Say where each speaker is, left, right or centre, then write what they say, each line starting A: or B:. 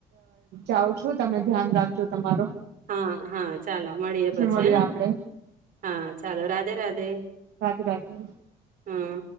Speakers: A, on the right; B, on the right.
A: જાવ છું તમે ધ્યાન રાખજો તમારો
B: હા હા ચાલો મળીએ પછી
A: મળીએ
B: હેને
A: આપડે
B: હા ચાલો રા રાઘે રાધે
A: રાધે રાધે
B: હમ